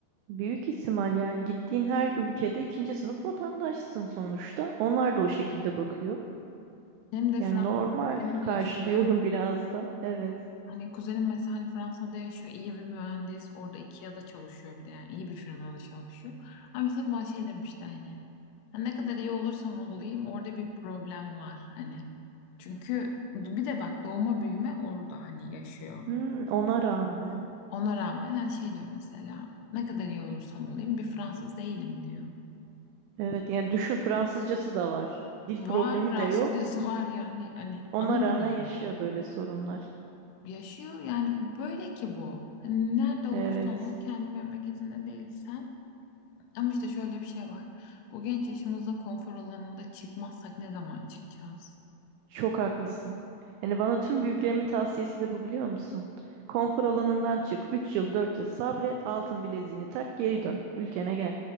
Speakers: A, on the right; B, on the left.
A: Büyük ihtimal yani gittiğin her ülkede ikinci sınıf vatandaşsın sonuçta. Onlar da o şekilde bakıyor.
B: Benim de
A: Yani
B: Fransız
A: normal
B: benim
A: karşılıyorum
B: yaşıyor.
A: <laughs> biraz da. Evet.
B: Hani kuzenim mesela hani Fransa'da yaşıyor, iyi bir mühendis, orada IKEA'da çalışıyor bir de yani iyi bir firmada çalışıyor. Ama mesela bana şey demişti hani "Ya ne kadar iyi olursam olayım orada bir problem var hani. Çünkü bir de bak doğma büyüme orada hani yaşıyor.
A: Hmm, ona rağmen.
B: Ona rağmen her şey diyor mesela ne kadar iyi olursam olayım bir Fransız değilim diyor.
A: Evet yani düşün Fransızcası da var. Dil
B: Var
A: problemi
B: Fransızcası
A: de yok.
B: <laughs> var yani hani
A: Ona
B: ana
A: rağmen
B: dili yani.
A: yaşıyor böyle sorunlar.
B: Yaşıyor yani böyle ki bu. Hani nerede olursan
A: Evet.
B: ol kendi memleketinde değilsen Ama işte şöyle bir şey var. Bu genç yaşımızda konfor alanında çıkmazsak ne zaman çıkacağız?
A: Çok haklısın. Yani bana tüm büyüklerimin tavsiyesi de bu biliyor musun? Konfor alanından çık. üç yıl 4 yıl sabret. Altın bileziğini tak geri dön. Ülkene gel